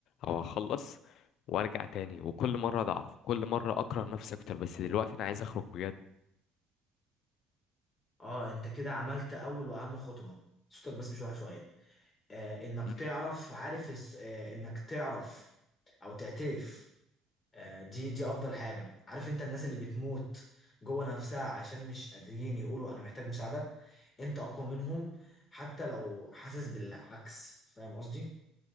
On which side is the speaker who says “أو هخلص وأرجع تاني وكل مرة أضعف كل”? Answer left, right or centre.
Left